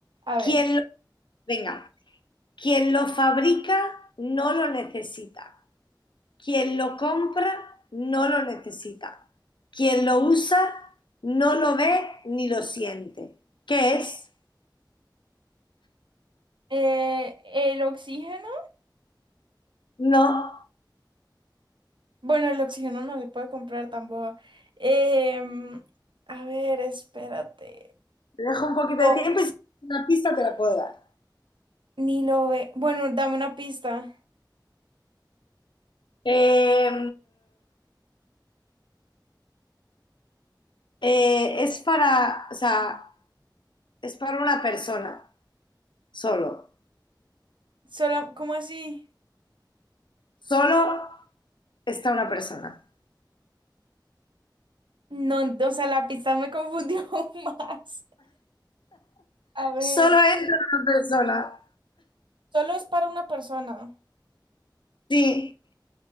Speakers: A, on the right; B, on the left.
A: A
B: Quien
A: ver,
B: lo... Venga, quien lo fabrica no lo necesita. Quien lo compra no lo necesita. Quien lo usa no lo ve ni lo siente. ¿Qué es?
A: eh, el oxígeno.
B: No,
A: Bueno, el oxígeno no se puede comprar tampoco. Em, a ver, espérate.
B: Te dejo un poquito
A: No,
B: de tiempo y si tienes una pista te la puedo dar.
A: ni lo ve. Bueno, dame una pista.
B: Eh, eh, es para, o sea, es para una persona, solo.
A: Solo, ¿cómo así?
B: Solo está una persona.
A: No, o sea, la pista me confundió <laughs> más. A ver,
B: Solo entra una persona.
A: solo es para una persona.
B: Sí,